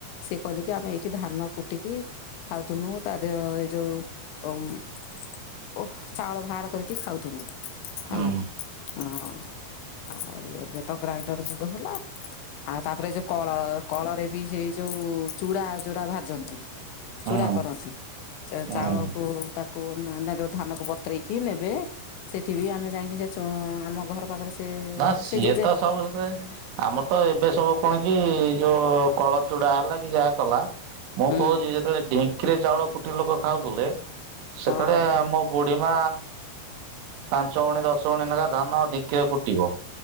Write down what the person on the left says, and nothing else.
ସିଏ କହିଲେକି ଆମେ ଏଇଠି ଧାନ କୁଟିକି ଖାଉଥୁନୁ ତା ଦେହ ଏଇ ଯୋଉ ଓ ଚାଉଳ ବାହାର କରିକି ଖାଉଥୁନୁ ହେଲା
ହଁ ଆଉ ଏବେ ତ ଗ୍ରାଇଣ୍ଡର ଯୁଗ ହେଲା। ଆଉ ତାପରେ ଯୋଉ କଳ କଳରେ ସେଇ ଯୋଉ ଚୁଡ଼ା ଯୋଡା ଭାଜନ୍ତି
ଚୁଡା କରନ୍ତି।
ଚାଉଳକୁ ତାକୁ ଯୋଉ ଧାନକୁ ବତୁରେଇକି ନେବେ। ସେଠି ବି ଆମେ ଯାଇକି ଆମ ଘର ପାଖରେ ସେ
ସେ ଜେଜେ
ହୁଁ
ହଁ